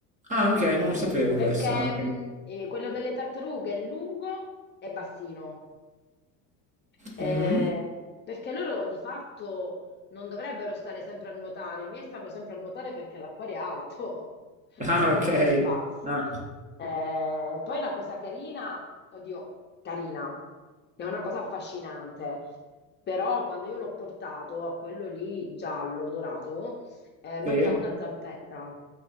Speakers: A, on the right; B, on the left.
A: ah, ok, non lo sapevo
B: perché
A: questo. Ah, ok.
B: mh, eh, quello delle tartarughe è lungo e bassino. Eh,
A: Mhm.
B: perché loro di fatto non dovrebbero stare sempre a nuotare, i miei stanno sempre a nuotare perché l'acquario è alto, <laughs>
A: Ah,
B: fanno
A: ok.
B: come i pazzi.
A: Ah,
B: Eh, poi una cosa carina, oddio, carina, è una cosa affascinante, però quando io l'ho portato a quello lì giallo, dorato, eh, mancava
A: sì?
B: una zampetta.